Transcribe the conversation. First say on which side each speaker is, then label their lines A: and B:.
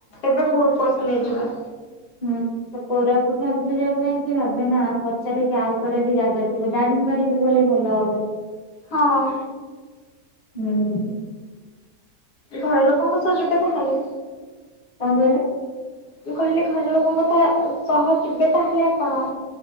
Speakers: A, on the left; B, on the left.
A: ଏବେ ବହୁତ ପଇସା ନେଇଯିବା।
B: ହୁଁ, ତ କୋରାପୁଟ ଭାବୁଚି ଯିବା ପାଇଁ କି ଭାବେ ନା ପଚାରିକି, ଆଉ କୁଡା ବି ଜାଗା ଯିବ। ଦାରିଙ୍ଗବାଡି ବି ଗଲେ ଭଲ ହବ।
A: ହଁ।
B: ହୁଁ।
A: ଘର ଲୋକଙ୍କ ସହ ଯିବେ ତାହେଲେ?
B: କଣ କହିଲେ?
A: ମୁଁ କହିଲି, ଘର ଲୋକଙ୍କ ତ ସହ ଯିବେ, ତାହେଲେ ଆପଣ?